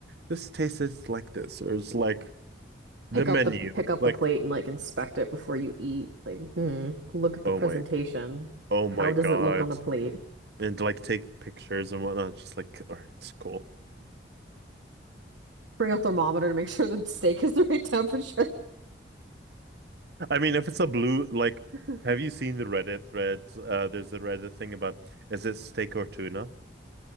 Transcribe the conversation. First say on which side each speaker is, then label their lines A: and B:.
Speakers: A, on the right; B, on the right.
A: this tastes like this, or it's like
B: <laughs>
A: the
B: Pick
A: menu.
B: up the pick up
A: Like,
B: the plate and like inspect it before you eat. Like, hmm, look at the
A: oh
B: presentation.
A: my, oh
B: How
A: my
B: does
A: God.
B: it look on the plate?
A: And like take pictures and whatnot. Just like, all right, it's cool.
B: Bring a thermometer to make sure the steak is the right temperature.
A: I mean, if it's a blue, like,
B: <laughs>
A: have you seen the Reddit threads? Uh, there's a Reddit thing about is it steak or tuna?